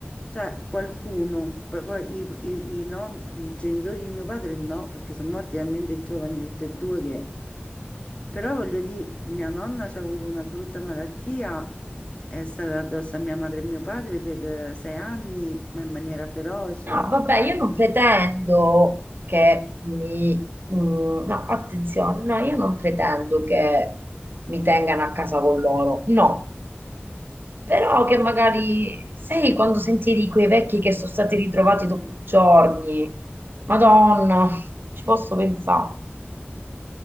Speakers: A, on the left; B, on the right.
A: cioè qualcuno, poi poi i, i- i non- i genitori di mio padre no, perché sono morti talmente giovani tutti e due che, però voglio dire, mia nonna ci ha avuto una brutta malattia, è stata addosso a mia madre e mio padre per eh, sei anni, ma in maniera feroce.
B: No, vabbè, io non pretendo che mi... mm, no, attenzione, no, io non pretendo che mi tengano a casa con loro, no. Però che magari, sai, quando sentivi quei vecchi che sono stati ritrovati dopo giorni, Madonna, ci posso pensare,